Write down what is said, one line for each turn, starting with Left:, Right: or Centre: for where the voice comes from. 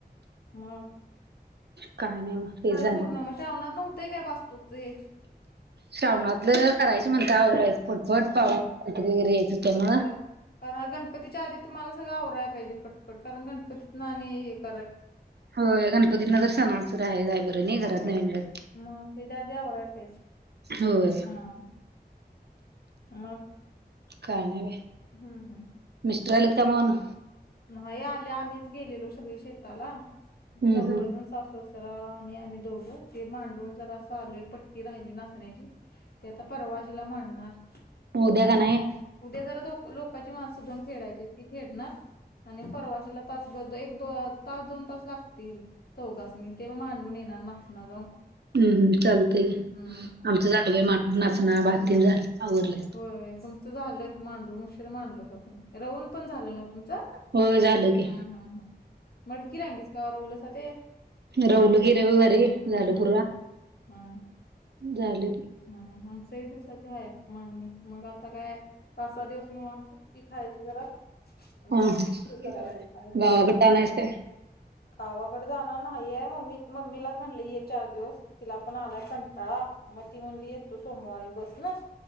Left: मग
Right: काय नाही मग ते झालं,
Left: पूर्ण मग श्रावणात नव्हतंय काय वास्तूकचं हे
Right: श्रावणातलं करायच म्हणता आवरायचं पटपट
Left: हम्म
Right: पाह <unintelligible> वगैरे यायचं तेव्हा.
Left: होय कारण गणपतीच्या आधी तुम्हाला सगळं आवराय पाहिजे पटपट कारण गणपतीत आणी एक-
Right: हो गणपती न <unintelligible> राह जायच बरं नाही
Left: होय
Right: घरात नवीन घर
Left: मग त्याच्या आधी आवरायला पाहिजे
Right: होय.
Left: हा मग
Right: काय नाही
Left: हम्म हम्म
Right: मिस्टर आल्यात का नाही मग.
Left: नाही आले आम्हीच गेलेलो सगळे शेताला.
Right: हम्म
Left: चौघजण
Right: हम्म
Left: सासूसासरा आणि आम्ही दोघो ते मांडून जरा असं आलो एक पट्टी राहिली नासण्याची. ते आता परवा <unintelligible>
Right: ऊद्या का नाही आहे.
Left: उद्या जरा लोकांची माणसं दोन फेडायचे ती फेडणार आणि परवाशला तासब एक दो- तास दोन तास लागतील चौघासनी तेव मांडून येणार नाफना जाऊन.
Right: हम्म् चालतंय की
Left: हम्म
Right: आमचा झालं बाई मांडू नाचण भाती
Left: हम्म
Right: झालं आवरलं.
Left: होय तुम्हच झालं मांडून उशीर मांडलासा तुम्ही रोहुन पण झालं ना तुमचं?
Right: हो झालं की.
Left: हम्म हम्म मडकी रांगीस का बलासा ते हम्म
Right: रवलं की रविवारी झालं
Left: हम्म
Right: पुरा
Left: हम् हम्
Right: झालं की
Left: हम्म आम एक दिवसाची ह- <inaudible> ''हं''मग आता काय पाच सहा दिवस न आम सुट्टी खायची जरा. मग
Right: हा, गावाकडे
Left: हे करायचं आणि परत
Right: जानार हाय काय?
Left: गावाकडे जाणार नाहीय मम्मी मम्मीलाच म्हटलं ये चार दिवस. तिला पण आलाय कंटाळा मग ती म्हणली येतो सोमवारी बस न.